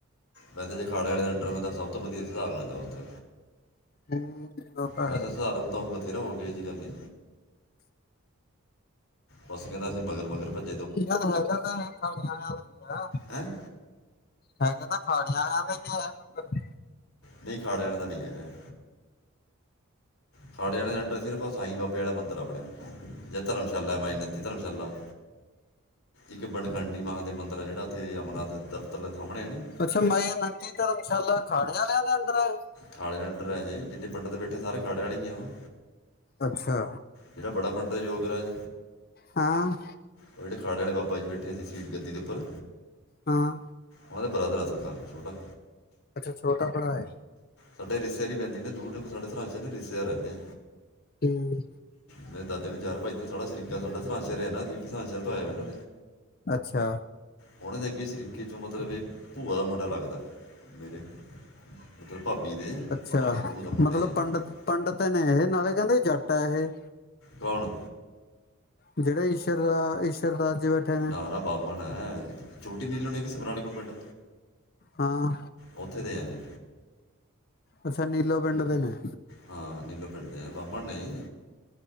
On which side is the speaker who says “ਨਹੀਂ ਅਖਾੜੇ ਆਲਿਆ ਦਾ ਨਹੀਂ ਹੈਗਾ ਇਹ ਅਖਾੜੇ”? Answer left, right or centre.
Left